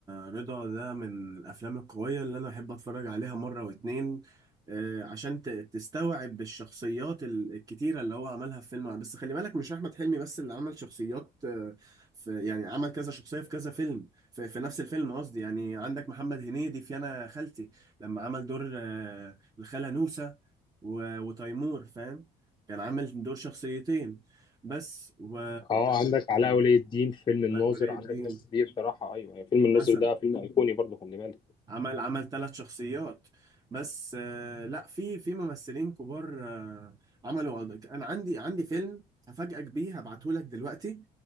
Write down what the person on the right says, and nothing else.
رضا ده من الافلام القويه اللي انا بحب اتفرج عليها مره واتنين آه، عشان ت- تستوعب الشخصيات ال- الكتيره اللي هو عملها في فيلم بس خلي بالك مش احمد حلمي بس اللي عمل شخصيات آه، في يعني عمل كذا شخصيه في كذا فيلم في, في نفس الفيلم قصدي يعني عندك محمد هنيدي في انا خالتي لما عمل دور آه، الخاله نوسه و- وتيمور فاهم كان عامل دور شخصيتين بس و
لا ولي
الدين
مثلا
عمل عمل ثلاث شخصيات بس آه لا في في ممثلين كبار آه عملوا أد- انا عندي عندي فيلم هفاجئك بيه هبعته لك دلوقتي